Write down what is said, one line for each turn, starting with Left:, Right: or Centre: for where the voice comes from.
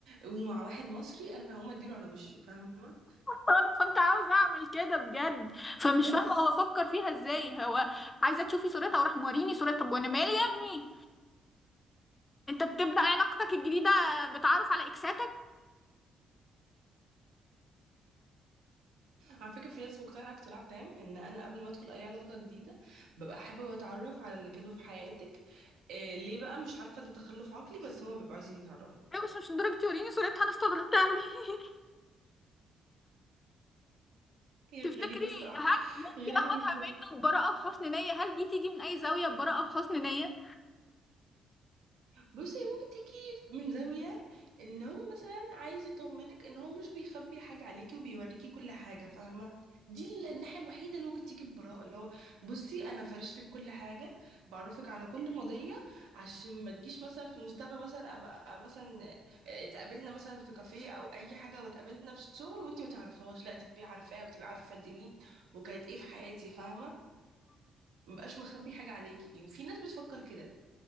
Right: ومع واحد مصري انا هقوم اديله على وشه فاهمه
Left: انا كنت عاوزة اعمل كده بجد فمش
Right: بس
Left: فاهمة هو فكر فيها ازاي هو عايزة تشوفي صورتها وراح موريني صورتها طب وانا مالي يا ابني انت بتبدأ علاقتك الجديدة بتعرف على اكساتك
Right: على فكره في ناس مقتنعه اقتناع تام ان انا قبل ما ادخل اي علاقه جديده ببقى حابه اتعرف على اللي كانوا في حياتك إيه ليه بقى مش عارفه ده تخلف عقلي بس هما بيبقوا عايزين يتعرفوا
Left: ايوه بس مش لدرجة يوريني صورتها انا استغربت اوي <laughs>
Right: هي
Left: تفتكري
Right: غريبه الصراحه
Left: هل ممكن
Right: غريبه
Left: اخدها
Right: جدا
Left: منه ببراءة وحسن نية هل دي تيجي من اي زاوية ببراءة وحسن نية
Right: بصي هي ممكن تيجي من زاوية ان هو مثلا عايز يطمنك ان هو مش بيخبي حاجة عليكي وبيوريكي كل حاجة فاهمة دي ال- الناحية الوحيدة اللي ممكن تيجي ببراءة اللي هو بصي انا فارش لك كل حاجة بعرفك على كل مضية عشان ما تجيش مثلا في المستقبل مثلا ابقى مثلا آه، تقابلنا مثلا في كافيه او اي حاجة وتقابلنا في الشغل وانتي ما تعرفيهاش لا تبقي عارفاه وتبقي عارفة دي مين وكانت ايه في حياتي فاهمة مبقاش مخبي حاجة عليكي في ناس بتفكر كده